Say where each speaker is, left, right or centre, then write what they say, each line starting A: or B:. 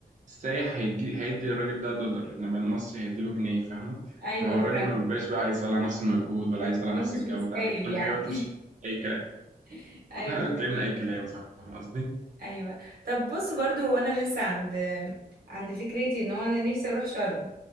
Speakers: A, on the right; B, on the right.
A: السايح هيدي هيدي للراجل ده دولار انما المصري هيديله جنيه فاهمه
B: ايوه
A: فهو
B: فاهم
A: الراجل ما بيبقاش بقى عايز يطلع نفس المجهود ولا
B: الموضوع
A: عايز يطلع نفس
B: مش
A: الجوده
B: مستاهل
A: عادي كل
B: يعني
A: حاجه بقى بتمشي في اي كلام
B: <laughs> ايوه
A: كل حاجة
B: فاهم.
A: بتعمل أي كلام فاهم قصدي؟
B: ايوه طب بص برضو هو انا لسه عند عند فكرتي ان هو انا نفسي اروح شرم